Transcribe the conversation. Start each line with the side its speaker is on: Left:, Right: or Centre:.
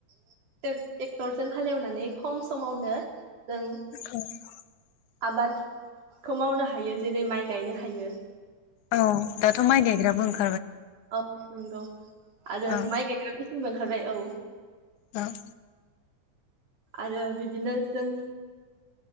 Right: ट्रेक्टरजों हालेवनानै खम समावनो जों
Left: औ
Right: आबादखौ मावनो हायो जेरै माइ गायनो हायो।
Left: औ दाथ' माय गाय <unintelligible>
Right: औ नंगौ आरो
Left: औ
Right: माइ गायग्रा मेसिंबो- ओंखारबाय औ
Left: उह
Right: आरो बिदिनो जों